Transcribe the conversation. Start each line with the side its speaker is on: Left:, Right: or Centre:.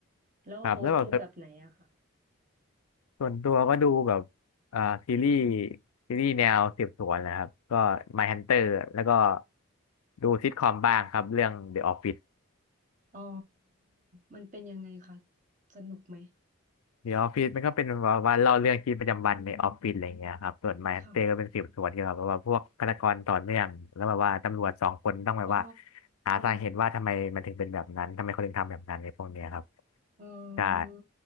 Right: แล้วโบ๊ทดูแบบไหนอะค่ะ
Left: ครับแล้วแบบส่วนตัวก็ดูแบบอ่าซีรีส์ซีรีส์แนวสืบสวนนะครับก็ My Hunter แล้วก็ดูซิทคอมบ้างครับเรื่อง The Office
Right: อ๋อ มันเป็นยังไงคะ สนุกไหม
Left: เดี๋ยวออฟฟิศมันก็เป็นแบบว่าเล่าเรื่องชีวิตประจำวันในออฟฟิศอะไรเงี้ยครับส่วนไมฮันเตอร์ก็เป็นสืบสวนเกี่ยวกับแบบว่าพวกฆาตกรต่อเนื่องแล้วแบบว่าตำรวจสองคนต้องแบบว่า
Right: ค่ะอ๋อ
Left: หาสาเหตุว่าทำไมมันถึงเป็นแบบนั้นทำไมคนถึงทำแบบนั้นในพวกเนี้ยครับ
Right: เอ
Left: ใช่
Right: อ